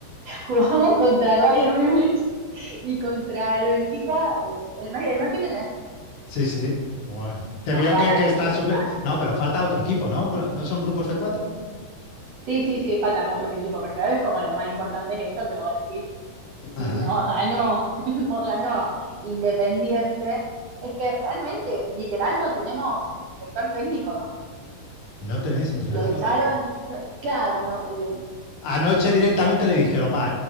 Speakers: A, on the right; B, on the left.
A: jugamos contra el Bayern Munich y contra el Benfica eh, el, mes, el mes que viene.
B: Sí, sí. Bueno. Te
A: Nos
B: veo
A: van
B: que,
A: a
B: que
A: destrozar.
B: está súper. No, pero falta otro equipo, ¿no? ¿No son grupos de cuatro?
A: Sí, sí, sí, faltan otros equipos, pero es como los más importantes de esto que vos decís, si
B: Ajá.
A: no ganó, <laughs> no ganó Independiente, es que realmente, literal, no tenemos eh, director técnico.
B: No tenéis entrenador.
A: Lo echaron, no, claro, no, eh, no, no,
B: Anoche directamente le dijeron, va,